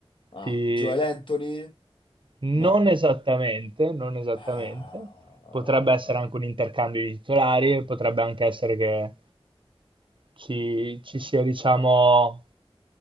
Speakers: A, on the left (about 60°); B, on the right (about 55°).
A: Ah,
B: Ti-
A: Joel Anthony?
B: Non
A: No.
B: esattamente, non esattamente.
A: Ah,
B: Potrebbe essere anche un intercambio di titolari, potrebbe anche essere che ci, ci sia, diciamo,